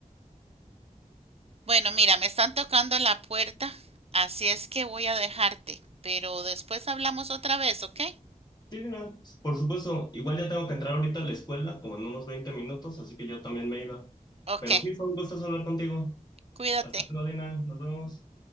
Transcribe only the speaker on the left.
Sí, mira, por supuesto, igual ya tengo que entrar ahorita a la escuela, como en unos 20 minutos, así que yo también me iba.
Pero sí, fue un gusto hablar contigo.
Hasta luego, Dina, nos vemos.